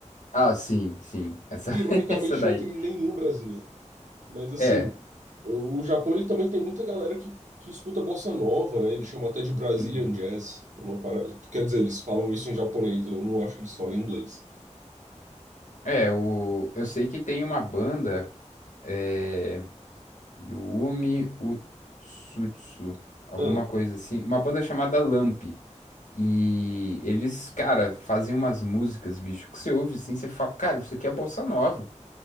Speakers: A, on the left; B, on the right.
A: Ah, sim, sim. Essa,
B: que ironicamente
A: <laughs> essa daí.
B: não tem nenhum brasileiro. Mas assim,
A: É.
B: o o Japão ele também tem muita galera que, que escuta bossa nova, né? Eles chamam até de Brazilian
A: Uhum.
B: Jazz, uma parada- quer dizer, eles falam isso em japonês, eu não acho que eles falam em inglês.
A: É, o, eu sei que tem uma banda, é, Yumi Utsutsu, alguma
B: Ah,
A: coisa assim, uma banda chamada Lamp. E eles, cara, fazem umas músicas, bicho, que você ouve assim, você fala, cara, isso aqui é bossa nova,